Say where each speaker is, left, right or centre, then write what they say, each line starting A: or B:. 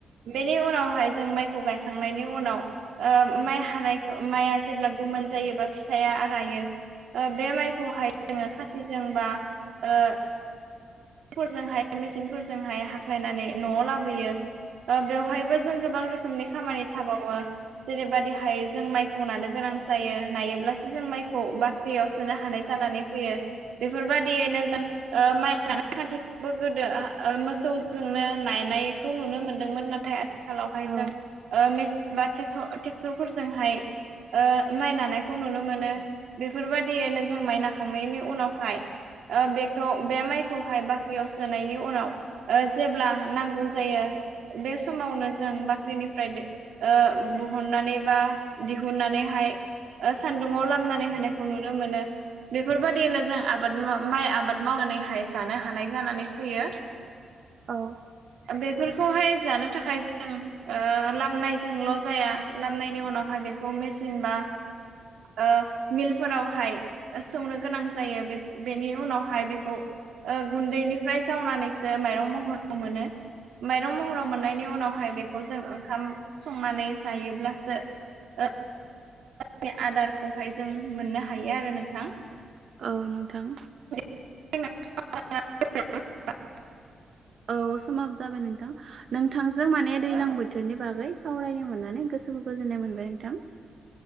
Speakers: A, on the right; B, on the right.
A: बेनि उनावहाय जों माइखौ गायखांनायनि उनाव ओ माइ हानायखो माइआ जेब्ला गोमोन जायोबा फिथाया रायो ओ बे माइखौहाय जोङो खासिजों बा ओ फोरजोंहाय मेसिनफोरजोंहाय हाख्लायनानै न'आव लाबोयो ओ बेवहायबो जों गोबां रोखोमनि खामानि थाबावो जेरैबादिहाय जों माइखौ नानो गोनां जायो नायोब्लासो जों माइखौ बाख्रियाव सोनो हानाय जानानै फैयो बेफोरबायदियैनो जों ओ माइ <unintelligible> गोदो ओ ओ मोसौजोंनो नायनायखौ नुनो मोनदोंमोन नाथाय आथिखालाव लावहाय
B: औ
A: जों ओ मेसिन बा टेक्ट टेक्टरफोरजोंहाय ओ माइ नानायखौ नुनो मोनो बेफोरबायदियैनो जों माइ नाखांनायनि उनावहाय ओ बेखौ बे माइखौहाय बाख्रियाव सोनायनि उनाव ओ जेब्ला नांगौ जायो बे समावनो जों बाख्रिनिफ्राय बे ओ बहननानै बा दिहुननानै एहाय ओ सान्दुङाव लामनानै होनायखौ नुनो मोनो बेफोरबायदिनो जों आबाद मा माइ आबाद मावनानैहाय जानो हानाय जानानै फैयो
B: औ
A: बेफोरखौहाय जानो थाखाय जों लामनायजोंल' जाया लामनायनि उनावहाय बे बेखौ मेसिन बा ओ मिलफोरावहाय सौनो गोनां जायो बे बेनि उनाव हाय बेखौ गुन्दैनिफ्राय जावनानैसो माइरं महर मोनो माइरं महराव मोननायनि उनावहाय बे खौ जों ओंखाम संनानै जायोब्लासो ओ <unintelligible> आदारखौहाय जों मोननो हायो आरो नोंथां
B: औ नोंथां
A: <unintelligible>
B: औ समाबो जाबाय नोंथां नोंथांजों माने दैलां
A: औ
B: बोथोरनि बागै सावरायनो मोननानै गोसोखौ गोजोननाय मोनबाय नोंथां